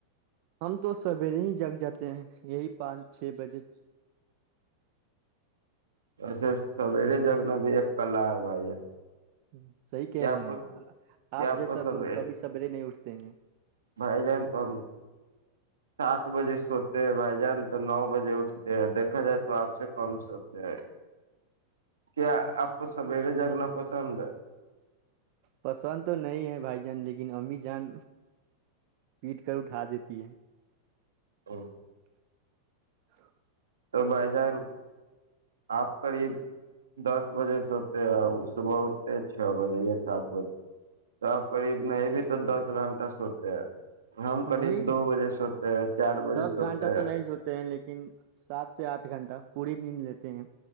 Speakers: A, on the right; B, on the right.
A: ہم تو سویرے ہی جگ جاتے ہیں یہی پانچ چھ بجے
B: ویسے سویرے جگنا بھی ایک کلا ہے بھائی
A: ہوں <inaudible> صحی کہہ
B: کیا
A: رہے
B: آپ کو
A: ہیں
B: کیا
A: آپ جیسا
B: کو سب
A: لوگ کبھی سویرے نہیں اٹھتے ہیں
B: بھائی جان تو ہم سات بجے سوتے ہیں بھائی جان تو نو بجے اٹھتے ہیں دیکھا جائے تو آپ سے کم سوتے ہیں کیا آپ کو سویرے جگنا پسند ہے
A: پسند تو نہیں ہے بھائی جان لیکن لیکن امی جان پیٹ کر اٹھا دیتی ہے
B: ہ <inaudible>
A: ہاں <inaudible>
B: تو بھائی جان آپ قریب دس بجے سوتے ہیں صبح اٹھتے چھ بجے یا سات بجے تو آپ قریب نہیں بھی تو دس گھنٹہ سوتے ہیں ہم قریب
A: نہیں
B: دو بجے سوتے ہیں چار بجے
A: دس
B: سوتے
A: گھنٹہ
B: ہیں
A: تو نہیں سوتے ہیں لیکن سات سے آٹھ گھنٹہ پوری دن لیتے ہیں